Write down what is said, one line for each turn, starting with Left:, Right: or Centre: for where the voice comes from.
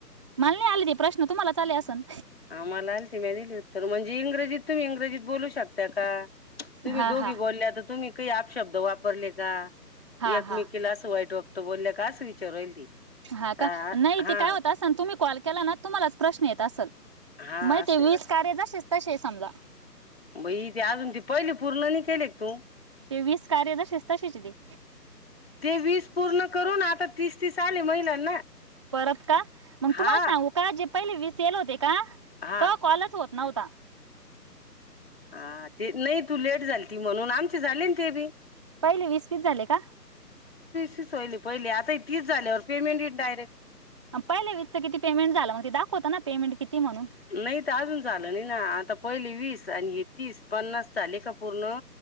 Right: माल नाही आलते. प्रश्न तुम्हालाच आले असन.
Left: आम्हा ला आल त दिली उत्तर म्हणजे इंग्रजी तुम्हीं इंग्रजीत बोलू शकता. त्याका तुम्ही
Right: हा
Left: दोघी
Right: हा
Left: बोलले आता तुम्ही <unintelligible> शब्द वापरले का
Right: हा
Left: एकमेकिला
Right: हा
Left: अस वाईट तो बोलल्या काच विचारु राहील ती
Right: हा
Left: हा
Right: का नाही ते काय होत असन तुम्ही कॉल केला ना तुम्हालाच प्रश्न येत असेल.
Left: हा
Right: माहिती
Left: असंही
Right: वीस कार्य जशीच तसे समजा.
Left: बई ते अजून ते पहिले पूर्ण नाही केले का तू?
Right: ते वीस कार्य जसेस तसेच ते.
Left: ते वीस पूर्ण करून आता तीस तीस आले महिलांना.
Right: परत का मग
Left: हा
Right: तुम्हाला सांगू का जे पहिले वीस येयले होते. का
Left: हा
Right: तवा कॉलच होत नव्हता
Left: हा ते नाही तू लेट झालती म्हणून आमचे झालेना ते बी.
Right: पहिले वीस वीस झाले का?
Left: चली पहिले आता तीस झाल्यावर पेमेंट डायरेक्ट
Right: पहिले वीस चं किती पेमेंट झाल मग ते दाखवत ना पेमेंट किती? म्हणून
Left: नाही तर अजून झालं नाही ना आता पहिले वीस आणि हे तीस पन्नास झाले का पूर्ण,